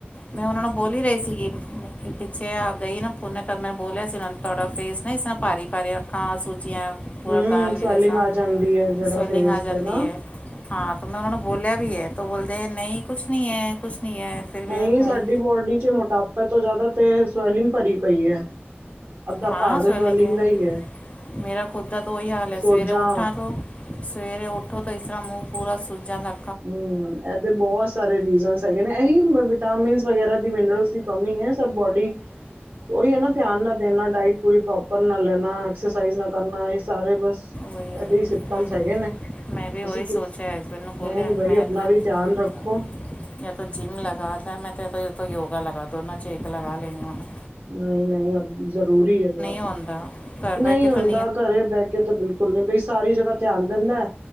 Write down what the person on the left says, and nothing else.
ਮੈਂ ਉਹਨਾਂ ਨੂੰ ਬੋਲੀ ਹੀ ਰਹੀ ਸੀਗੀ, ਪਿੱਛੇ ਗਈ ਨਾ ਪੂਨ ਕਰਨੇ ਮੈਂ ਬੋਲਿਆ ਸੀ ਉਹਨਾਂ ਤੁਹਾਡਾ ਫੇਸ ਨਾ ਇਸ ਰਾਂ ਭਾਰੀ- ਭਾਰੀ, ਅੱਖਾਂ ਸੂਝਇਆ ਪੂਰਾ
ਗਾਲ
ਵੀ ਜਸਾਂ
ਸਵੈਲਿੰਗ
ਆ ਜਾਂਦੀ
ਹੈ। ਹਾਂ ਤੇ ਮੈਂ ਉਹਨਾਂ ਨੂੰ ਬੋਲਿਆ ਵੀ ਹੈ ਤੇ ਉਹ ਬੋਲਦੇ ਨਹੀਂ ਕੁਛ ਨੀ ਹੈ, ਕੁਛ ਨੀ ਹੈ। ਫਿਰ ਵੀ
ਹੁਣ
ਹਾਂ
ਸਵੈਲਿੰਗ ਹੈ।
ਮੇਰਾ ਖੁੱਦ ਦਾ ਤਾ ਉਹੀ ਹਾਲ ਹੈ,
ਸਵੇਰੇ ਉੱਠਾ ਤੋਂ ਸਵੇਰੇ ਉੱਠੋ ਤਾਂ ਇਸ ਤਰਾਂ ਮੂੰਹ ਪੂਰਾ ਸੂਜਾ ਦਾ
ਉਹੀ ਉਹੀ
ਹੁਣ
ਮੈਂ ਵੀ
ਉਹੀ
ਸੋਚ। ਅੱਛਾ ਹੈਸਬੈਂਡ ਨੂੰ ਬੋਲਿਆ
ਮੈਂ
ਤਾਂ
ਇਹ
ਤੋਂ ਜਿੰਮ ਲਗਾ। ਫ ਮੈਂ ਤਾਂ ਤੋਂ ਯੋਗਾ ਲਗਾ ਦੋਨਾਂ 'ਚੇਕ ਲਗਾ ਲੈਣੀ ਹੁੰਦੀ।
ਹੁੰਦਾ ਘਰ
ਬਹਿ ਕੇ ਤਾਂ